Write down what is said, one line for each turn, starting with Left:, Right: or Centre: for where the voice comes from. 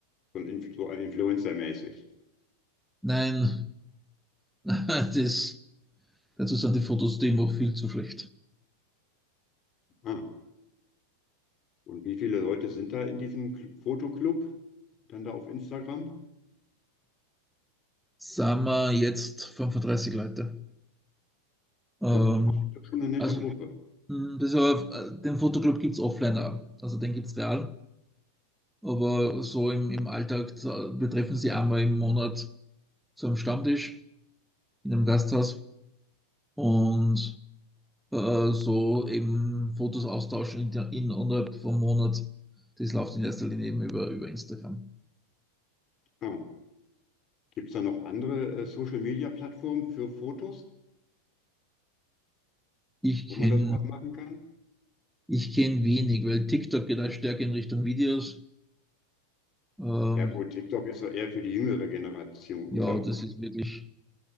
Left: so ein, Inf- so ein Influencer-mäßig.
Centre: nein, <laughs> das, dazu sind die Fotos die immer viel zu schlecht.
Left: Ah, und wie viele Leute sind da in diesem Cl- Fotoclub? Dann da auf Instagram?
Centre: Sagen wir jetzt 35 Leute. Ähm,
Left: Och, das ist ja schon eine nette
Centre: also,
Left: Gruppe.
Centre: hm, das aber, äh, den Fotoclub gibt es offline auch. Also, den gibt es real. Aber so im, im Alltag, wir treffen sie einmal im Monat zu einem Stammtisch in einem Gasthaus und äh, so eben Fotos austauschen in, der- innerhalb vom Monat. Das läuft in erster Linie eben über, über Instagram.
Left: Ah, gibt es da noch andere äh, Social-Media-Plattformen für Fotos,
Centre: Ich
Left: wo
Centre: kenne
Left: man da sowas machen kann?
Centre: ich kenn wenig, weil TikTok geht auch stärker in Richtung Videos. Ähm,
Left: Ja gut, TikTok ist ja eher für die jüngere Generation,
Centre: ja,
Left: oder?
Centre: das ist wirklich,